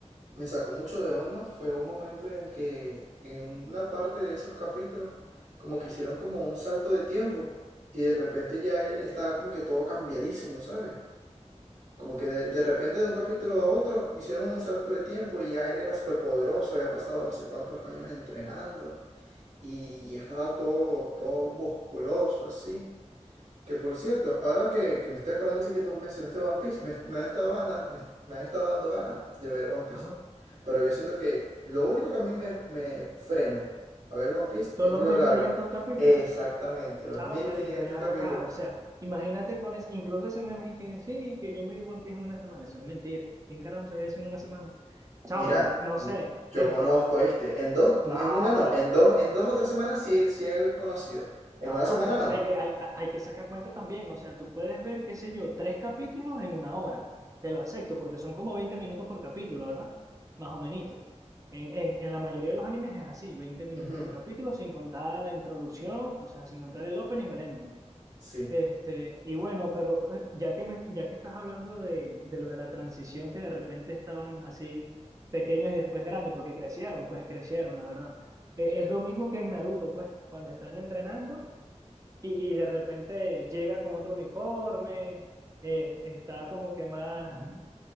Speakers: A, on the right (about 75°); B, on the right (about 25°).
A: me sacó mucho de onda fue un momento en el que en una parte de esos capítulos como que hicieron como un salto de tiempo y de repente ya él estaba como que todo cambiadísimo, ¿sabes? Como que de, de repente de un capítulo a otro hicieron un salto de tiempo y ya él era súper poderoso, había pasado no sé cuántos años entrenando y ya estaba todo, todo musculoso así. Que por cierto, ahora que, que me estoy acordando así que tú mencionaste One Piece, me, me han estado ganas, me, me han estado dando ganas de ver One Piece.
B: Ajá.
A: Pero yo siento que lo único que a mí me, me frena a ver One Piece es
B: Son los
A: lo
B: mil
A: largo.
B: quinientos capítulos,
A: Exactamente, los
B: chamo,
A: mil
B: pero
A: quinientos
B: es que ven acá,
A: capítulos.
B: o sea, imagínate pones, incluso ese meme y que sí, que yo me vi One Piece en una semana, eso es mentira, ¿quién carajo se ve eso en una semana? Chamo,
A: Mira,
B: pero no
A: mi-
B: sé,
A: yo
B: este...
A: conozco este. En dos,
B: No,
A: no, en una no.
B: pero
A: En dos, en dos o tres semanas sí, sí he conocido. En
B: No,
A: una semana
B: pero
A: no.
B: sí hay que, hay, hay que sacar cuenta también. O sea, tú puedes ver, qué sé yo, tres capítulos en una hora. Te lo acepto, porque son como 20 minutos por capítulo, ¿verdad? Más o menos. En, en, en la mayoría de los animes es así, veinte minutos
A: Ujú,
B: por capítulo, sin contar la introducción, o sea, sin contar el opening o el ending.
A: Sí.
B: Este, y bueno, pero eh, ya que, me, ya que estás hablando de, de lo de la transición, que de repente estaban así pequeños y después grandes, porque crecieron, pues crecieron, la verdad. Eh, es lo mismo que en Naruto, pues, cuando están entrenando y, y de repente llega con otro uniforme, eh, está como que más,